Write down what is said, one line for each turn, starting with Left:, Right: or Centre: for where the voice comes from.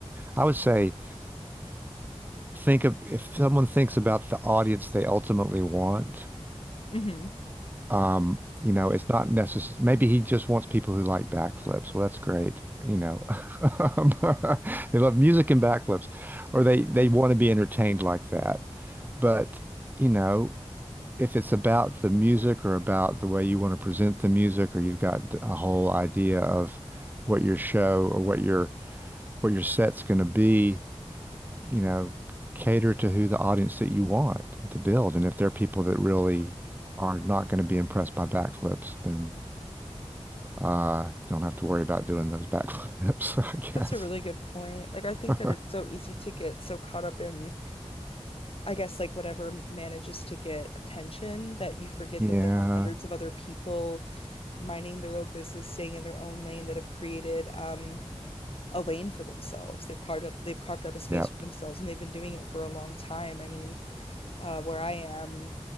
Right: I would say think of if someone thinks about the audience they ultimately want
Left: hmm
Right: Um, you know, it's not necessary. Maybe he just wants people who like backflips. Well, that's great. You know, <laughs> they love music and backflips, or they they want to be entertained like that. But you know, if it's about the music or about the way you want to present the music, or you've got a whole idea of what your show or what your what your set's going to be you know, cater to who the audience that you want to build. And if there are people that really are not going to be impressed by backflips, then uh, you don't have to worry about doing those backflips, <laughs> I
Left: That's
Right: guess.
Left: a really good point. Like I think
Right: <laughs>
Left: that it's so easy to get so caught up in, I guess, like whatever manages to get attention that you forget
Right: Yeah.
Left: that there are hundreds of other people minding their own business, staying in their own lane that have created um a lane for themselves. They've carved out they've carved out a space
Right: Yep.
Left: for themselves and they've been doing it for a long time. I mean, uh, where I am